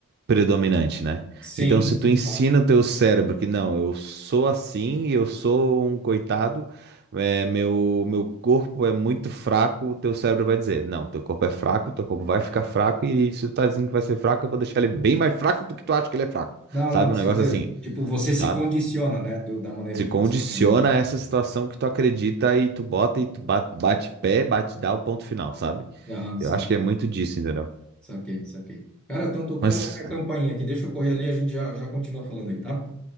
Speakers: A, on the right (about 45°); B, in the centre.
A: predominante, né?
B: Sim,
A: Então, se
B: sim,
A: tu ensina
B: claro.
A: o teu cérebro que não, eu sou assim, eu sou um coitado, é, meu, meu corpo é muito fraco, o teu cérebro vai dizer, não, teu corpo é fraco, teu corpo vai ficar fraco, e se tu tá dizendo que vai ser fraco, eu vou deixar ele bem mais fraco do que tu acha que ele é fraco,
B: Não,
A: sabe?
B: não, certeza.
A: Um negócio assim,
B: Tipo, você
A: sabe?
B: se condiciona, né, do- da maneira
A: Se
B: que
A: condiciona
B: você quer. né?
A: a essa situação que tu acredita e tu bota e tu ba- bate pé, bate dá o ponto final, sabe?
B: Aham, saquei,
A: Eu acho que é muito disso, entendeu?
B: saquei, saquei. Cara, estão tocando
A: Mas
B: a minha campainha aqui. Deixa eu correr ali, a gente já, já continua falando aí, tá?